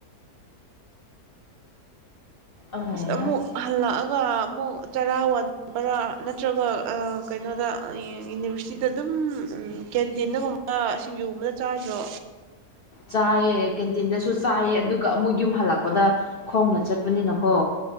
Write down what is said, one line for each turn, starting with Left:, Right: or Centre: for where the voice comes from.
Left: ꯑꯍꯩꯍꯥ
Right: ꯑꯃꯣ ꯍꯜ ꯂ ꯑꯗꯨꯒ ꯑꯃꯨꯛ ꯆꯔꯥ ꯋꯥꯟꯕꯔꯥ ꯅꯠꯇ꯭ꯔꯒ ꯀꯩꯅꯣꯗ ꯌꯨꯅꯤꯚꯔꯁꯤꯇꯤꯗ ꯑꯗꯨꯝ ꯀꯦꯟꯇꯤꯟꯗꯒꯨꯝꯕ ꯁꯤꯡꯖꯨꯒꯨꯝꯕꯗ ꯆꯥꯗ꯭ꯔꯣ
Left: ꯆꯥꯏꯌꯦ ꯀꯦꯟꯇꯤꯟꯗꯁꯨ ꯆꯥꯏꯌꯦ ꯑꯗꯨꯒ ꯑꯃꯨꯛ ꯌꯨꯝ ꯍꯜꯂꯛꯄꯗ ꯈꯣꯡꯅ ꯆꯠꯄꯅꯤꯅꯀꯣ